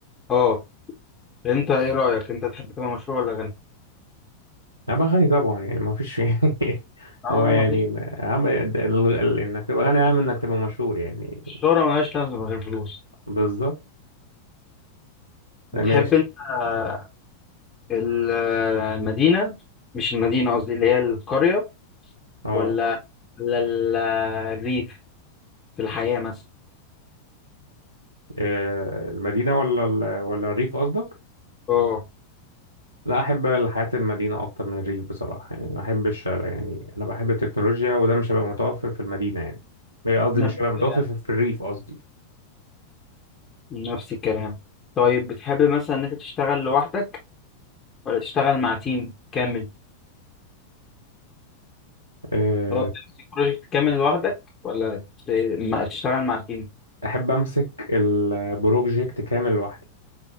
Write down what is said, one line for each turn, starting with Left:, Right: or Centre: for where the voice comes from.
Left: اه انت ايه رايك انت تحب تبقى مشهور ولا غني
Right: هبقى غني طبعا يعني ما فيش فيه <laughs>
Left: اه
Right: هو يعني
Left: مفيش
Right: اهم ال- ال- انك تبقى غني اهم من انك تبقى مشهور يعني
Left: الشهرة ملهاش لازمه غير فلوس
Right: بالظبط ماشي
Left: بتحب انت آه، ال- آه، المدينه مش المدينه قصدي اللي هي القريه
Right: اه
Left: ولا ولا ال- آه، الريف في الحياه مثلا
Right: آه، المدينة ولا ال- ولا الريف قصدك
Left: اه
Right: لا احب الحياة المدينة اكتر من الريف بصراحة يعني ما احبش يعني انا بحب التكنولوجيا وده مش هيبقى متوفر في المدينة يعني قصدي
Left: نفس
Right: مش هيبقى
Left: الكلام
Right: متوفر في في الريف قصدي
Left: نفس الكلام طيب بتحب مثلا ان انت تشتغل لوحدك ولا تشتغل مع تيم كامل
Right: آه،
Left: هو تمسك بروجكت كامل لوحدك ولا ت- ما- تشتغل مع تيم
Right: احب امسك البروجكت كامل لوحدي